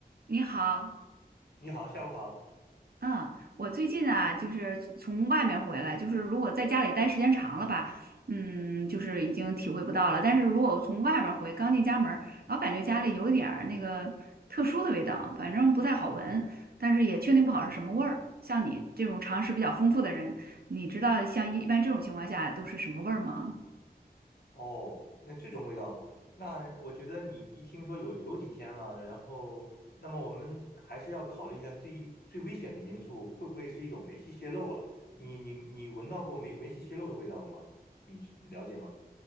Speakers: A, on the right; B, on the left.
A: 你好，
B: 你好，下午好。
A: 嗯，我最近啊，就是从外面回来，就是如果在家里待时间长了吧，嗯，就是已经体会不到了。但是如果我从外面回，刚进家门儿老感觉家里有一点儿那个特殊的味道，反正不太好闻，但是也确定不好是什么味儿。像你这种常识比较丰富的人，你知道像一一般这种情况下都是什么味儿吗？
B: 哦，那这种味道，那我觉得你一听说有有几天了，然后，那么我们还是要考虑一下最最危险的因素，会不会是一种煤气泄漏啊？你你你闻到过煤煤气泄漏的味道了吗？你你了解吗？